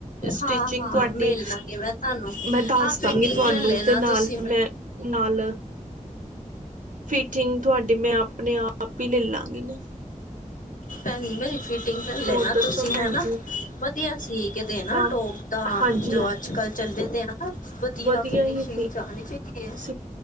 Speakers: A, on the right; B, on the left.
A: ਸਟਿਚਿੰਗ
B: ਹਾਂ-ਹਾਂ
A: ਤੁਹਾਡੀ
B: ਮਿਲ ਲਾਂਗੇ ਮੈਂ ਤਾਂ ਨੂੰ,
A: ਮੈਂ ਦੱਸ
B: ਹਾਂ
A: ਦਾਂਗੀ
B: ਫਿਟਿੰਗ
A: ਤੁਹਾਨੂੰ
B: ਲੈ ਲੈਣਾ
A: ਤੇ ਨਾਲ
B: ਤੁਸੀਂ ਮੈਂ
A: ਨਾਲ ਫਿਟਿੰਗ ਤੁਆਡੀ ਮੈਂ ਆਪਣੇ ਆਪ ਈ ਲੈ ਲਾਂਗੀ ਨਾ।
B: ਤਨ ਮਲ ਫਿਟਿੰਗ ਚ ਲੈਣਾ
A: ਹੋਰ ਦੱਸੋ
B: ਤੁਸੀਂ
A: ਭੈਣ
B: ਹੈ ਨਾ?
A: ਜੀ
B: ਵਦੀਆ ਸੀ, ਕੀਦੇ ਨਾ
A: ਕੰਮ
B: ਟੌਪ ਦਾ‌,
A: ਹਾਂਜੀ
B: ਜੋ
A: ਹਾਂ
B: ਅੱਜ-ਕੱਲ੍ਹ ਚੱਲਦੇ ਆ ਨਾ। ਵਦੀਆ
A: ਵਧੀਆ
B: ਫਿਨੀਸ਼ਿੰਗ
A: ਹੀ ਸੀ
B: ਚ ਆਣੀ ਚਾਈਦੀ ਏ,
A: ਤੁਸੀਂ